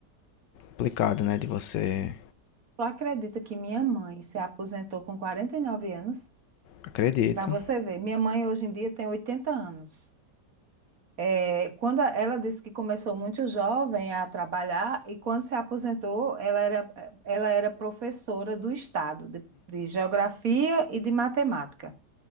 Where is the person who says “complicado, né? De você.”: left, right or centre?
Left